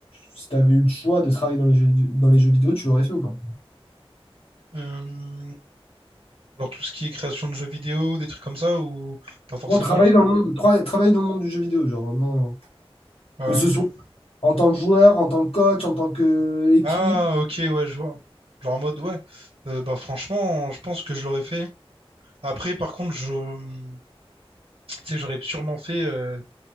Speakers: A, on the left; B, on the right.
A: si t'avais eu le choix de travailler dans les jeux, dans les jeux vidéo, tu l'aurais fait ou pas?
B: Euh, Genre tout ce qui est création de jeux vidéo, des trucs comme ça, ou pas forcément.
A: Non, travailler
B: je-
A: dans le monde, tra- travailler dans le monde du jeu vidéo, genre vraiment,
B: Euh,
A: que ce soit en tant que joueur, en tant que coach, en tant que équipe.
B: Ah, ok, ouais, je vois. Genre en mode, ouais. Euh, bah franchement, je pense que je l'aurais fait. Après, par contre, je, tu sais, j'aurais sûrement fait. euh,